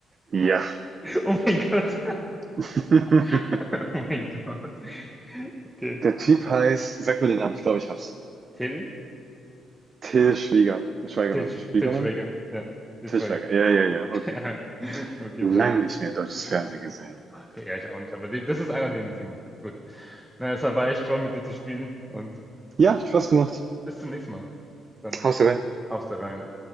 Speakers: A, on the right; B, in the centre.
A: Ja.
B: Oh mein Gott.
A: <laughs>
B: <laughs> Oh mein Gott. Okay.
A: Der Typ heißt, sag mir den Namen, ich glaube, ich hab's.
B: Till?
A: Till Schwieger. Schweigermann.
B: Till, Sch-
A: Schwiegermann?
B: Till Schweiger. Ja, Till
A: Tischweiger,
B: Schweiger.
A: ja, ja, ja, okay.
B: <laughs> Okay,
A: Lang
B: sehr gut.
A: nicht mehr deutsches Fernsehen
B: Ah,
A: gesehen.
B: Okay, ja, ich auch nicht. Aber die, das ist einer, den ich kenne. Gut. Na, es war echt toll, mit dir zu spielen. Und
A: Ja, Spaß
B: Bis,
A: gemacht.
B: bis zum nächsten Mal. Bis dann.
A: Haust du rein.
B: Haust da rein.